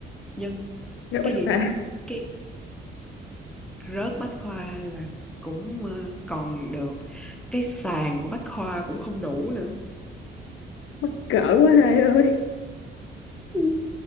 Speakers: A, in the centre; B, on the left (about 80°).
A: nhưng
B: gấp
A: cái
B: bách
A: điểm
B: khoa
A: cái rớt Bách khoa là cũng ờ, còn được cái sàn của Bách khoa cũng không đủ nữa
B: <laughs> cỡ quá hai ơi
A: Ừ.